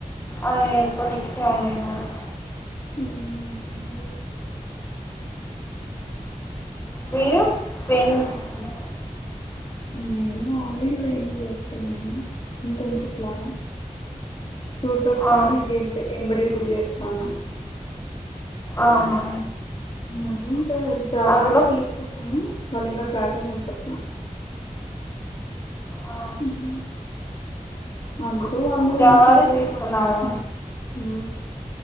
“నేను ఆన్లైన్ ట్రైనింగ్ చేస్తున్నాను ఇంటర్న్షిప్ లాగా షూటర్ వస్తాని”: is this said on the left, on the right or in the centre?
Left